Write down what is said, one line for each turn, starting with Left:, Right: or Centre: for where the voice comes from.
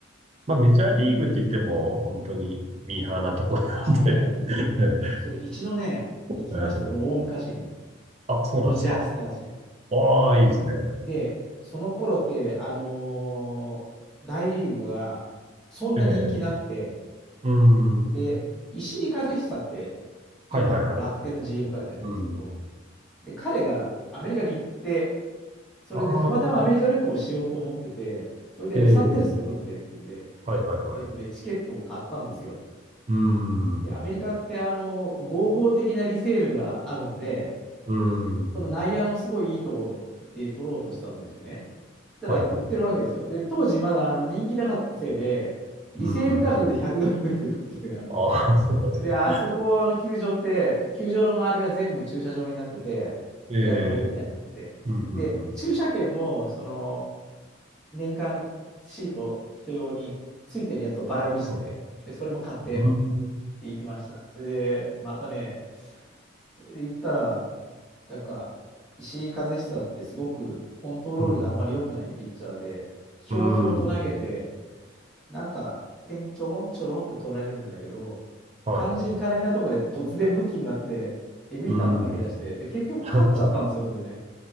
Right: まあ、メジャーリーグって言っても、本当にミーハーなとこなんで
Centre: うん。ああ、いやいやいやいや。
Right: <laughs> え
Centre: そう、一度ね、行きまして、
Right: え
Centre: 大昔に、
Right: あ、そうなんですか。
Centre: ドジャースタジアム。
Right: ああ、いいですね。
Centre: で、その頃って、あのー大リーグはそんな人気なくて、
Right: ええ、うん。
Centre: で、石井和久って、
Right: はいはいはい。
Centre: 今、あの楽天の GM
Right: そううん。
Centre: かなんかやってますけど、で、彼がアメリカに行って、それでたまたまアメリカ旅行をしようと思ってて、
Right: ああ、
Centre: それでロサンゼルス寄るんでってんで、
Right: ええ、はいはいはい。
Centre: えっとね、チケットを買ったんですよ。
Right: うん。
Centre: で、アメリカって、あの合法的なリセールがあるので、
Right: うん。
Centre: その内野のすごいいいとこで取ろうとしたんですよね。たら売ってるわけですよ。
Right: はい。
Centre: で、当時まだあの人気なかったせいで、リセール価格で100ドルぐらいっていう、
Right: うん。
Centre: あの、
Right: ああ、<laughs> そうなんですね。
Centre: で、あそこの球場って、球場の周りが全部駐車場になってて、
Right: ええ、
Centre: お山の上みたいになってて、
Right: うんうんうん。
Centre: で、駐車券も、その、年間シート人用についてるやつをバラ売りしてて、
Right: ま
Centre: で、それも買って
Right: うん。
Centre: 行きました。それで、またね、それで言ったら、なんか、石井一久ってすごくコントロールがあんまり良くないピッチャーで、
Right: うん。
Centre: ひょうひょうと投げて、
Right: うん。うん
Centre: なんか点ちょろんちょろんと取られるんだけど、
Right: はい。
Centre: 肝心絡みなところで突然ムキになって、えぐい球投げ出して、
Right: うん。
Centre: で、結局勝っちゃったんですよ、
Right: <laughs> ああ、なる
Centre: それでね。